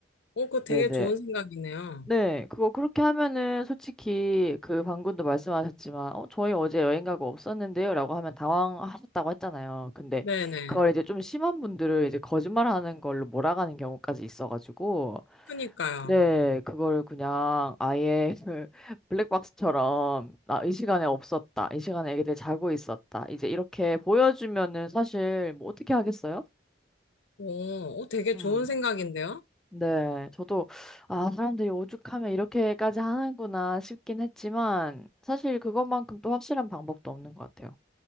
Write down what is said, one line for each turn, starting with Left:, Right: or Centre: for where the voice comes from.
Left: 어, 그거 되게
Centre: 네네.
Left: 좋은 생각이네요.
Centre: 네, 그거 그렇게 하면은 솔직히 그 방금도 말씀하셨지만, 어, 저희 어제 여행 가고 없었는데요? 라고 하면 당황하셨다고 했잖아요. 근데
Left: 네네.
Centre: 그걸 이제 좀 심한 분들을 이제 거짓말하는 걸로 몰아가는 경우까지 있어가지고,
Left: 그니까요.
Centre: 네, 그걸 그냥 아예 <laughs> 블랙박스처럼 나 이 시간에 없었다. 이 시간에 애기들 자고 있었다. 이제 이렇게 보여주면은 사실 뭐 어떻게 하겠어요?
Left: 오, 어, 되게
Centre: 음.
Left: 좋은 생각인데요?
Centre: 네, 저도 아, 사람들이 오죽하면 이렇게까지 하는구나 싶긴 했지만 사실 그것만큼 또 확실한 방법도 없는 것 같아요.